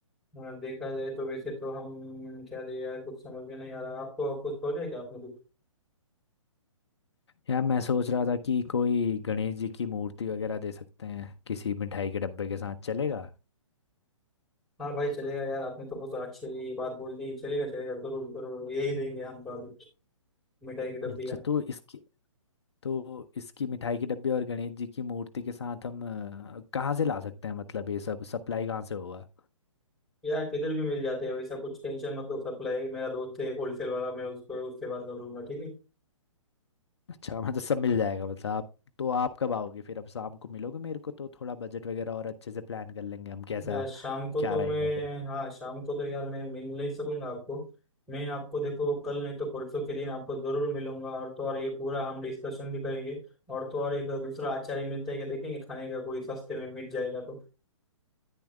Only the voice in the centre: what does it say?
हाँ, देखा जाए तो वैसे तो हम क्या दे यार कुछ समझ में नहीं आ रहा आपको कुछ हो जाएगा आपने कुछ
हाँ भाई चलेगा यार आपने तो कुछ अच्छी बात बोल दी चलेगा चलेगा जरूर जरूर यही देंगे हम तो अभी मिठाई की डब्बी
यार
यार किधर भी मिल जाते हैं वैसा कुछ टेंशन मतलब सप्लाई मेरा दोस्त है एक होलसेल वाला मैं उसको उससे बात कर लूंगा ठीक है
यार शाम को
तो
मैं
हाँ शाम को तो यार मैं मिल नहीं सकूंगा आपको मैं आपको देखो कल नहीं तो परसों के दिन आपको जरूर मिलूंगा और तो और ये पूरा हम डिस्कशन भी करेंगे और तो और एक दूसरा आचार्य मिलता है क्या देखेंगे खाने का कोई सस्ते में मिल जाएगा तो